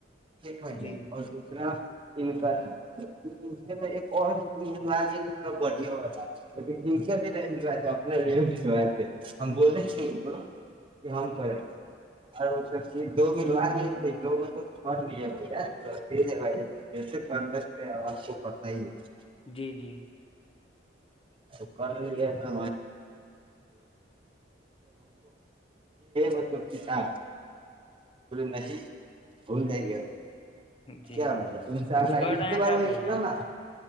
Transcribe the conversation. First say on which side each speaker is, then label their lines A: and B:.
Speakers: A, on the right; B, on the left.
A: پٹھ
B: جی
A: جائے اور دوسرا ان کا تھا ایک اورلو بیا والا لیکن ان کے بھی نہیں ملوائےےے اپنے لیے ملوائے تھے ہماں بولنے
B: جی
A: بلا کہ ہم کریں گے اور دو ملو ج دو میں تو چھے تو ٹیک ہے بھے کیسے کر لکتے آپ کو پت ہی ہے
B: جی جی
A: شکر بھینا مطلب کتا ن بھول جائی گے
B: جی
A: کیا ہو تم چگلہ
B: کچھ کر
A: ایک
B: رہے
A: کے
B: ہیں
A: بار
B: کیا بھائی
A: مسنا
B: جان
A: ن